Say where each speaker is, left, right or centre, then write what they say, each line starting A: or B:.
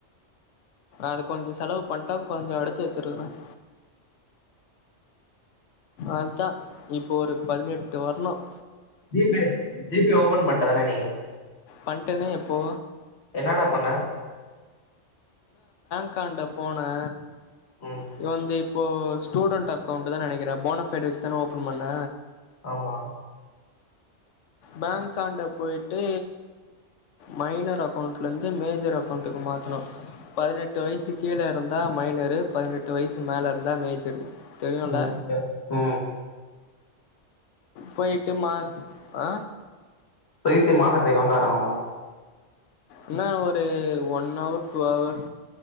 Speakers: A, on the left; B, on the left.
A: அது கொஞ்சம் செலவு பண்ணிட்டேன் கொஞ்சம் எடுத்து வச்சிருக்கிறேன் அது தா இப்போ ஒரு பதினெட்டு வர்ணம்
B: ஜிபே ஜிபே ஓபன் பண்ணிட தானே நீ
A: பண்ட்டேன்னா எப்போ
B: என்னன்ன பண்ண
A: அக்காண்ட போனே
B: ம்
A: இது வந்து இப் இப்போ ஸ்டூடண்ட் அக்ளெண்ட் தா நினைக்கிறேன் ஃபோணபைடு் வச்சுதானே ஓபன் பண்ண
B: ஆமா
A: பேங்க் காண்ட போயிட்டு மைனர் அக்கௌண்ட்ல இருந்து மேஜர் அக்கௌண்ட்டுக்கு மாத்துணும் பதினெட்டு வயசு கீழ இருந்தா மைனரு பதினெட்டு வயசு மேல இருந்தா மேஜரு தெரியுல்ல
B: ஓகே ம்
A: போயிட்டு மா ஆ
B: போயிட்டு மாத்துரத்துக்கு எவ்ளோ நேரம் ஆகும்
A: என்ன ஒரு ஒன் ஹவர் டூஹவர்